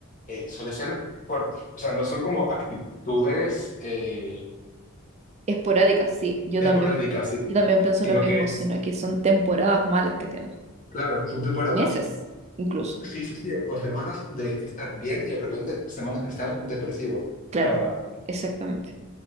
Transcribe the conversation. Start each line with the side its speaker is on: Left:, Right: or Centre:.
Left: eh, suele ser por, o sea, no son como actitudes eh,
Right: Esporádica, sí. Yo
Left: esporádicas,
Right: también,
Left: sí,
Right: yo también pienso
Left: sino
Right: lo mismo,
Left: que es,
Right: sino que son temporadas malas que tienen.
Left: claro, son temporadas,
Right: meses incluso.
Left: sí, sí, sí, o semanas de estar bien y de repente semanas de estar depresivo. O
Right: Claro,
Left: sea,
Right: exactamente.